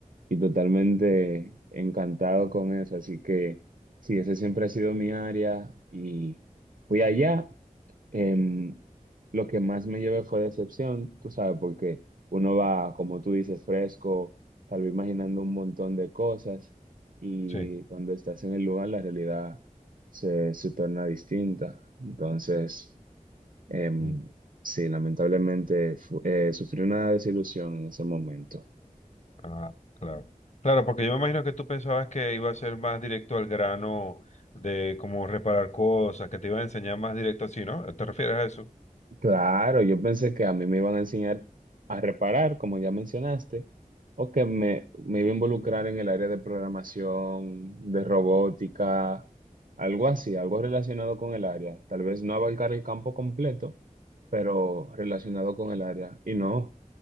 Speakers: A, on the right; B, on the left.
A: Y totalmente encantado con eso. Así que sí, esa siempre ha sido mi área. Y fui allá em, lo que más me llevé fue decepción, tú sabes, porque uno va, como tú dices, fresco, tal vez imaginando un montón de cosas y
B: Sí.
A: cuando estás en el lugar la realidad se, se torna distinta. Entonces, em,
B: Mm,
A: sí, lamentablemente fu- eh, sufrí una desilusión en ese momento.
B: Ah, claro. Claro, porque yo me imagino que tú pensabas que iba a ser más directo al grano de cómo reparar cosas, que te iba a enseñar más directo así, ¿no? ¿Te refieres a eso?
A: Claro, yo pensé que a mí me iban a enseñar a reparar, como ya mencionaste, o que me, me iba a involucrar en el área de programación, de robótica, algo así, algo relacionado con el área. Tal vez no abarcar el campo completo, pero relacionado con el área. Y no,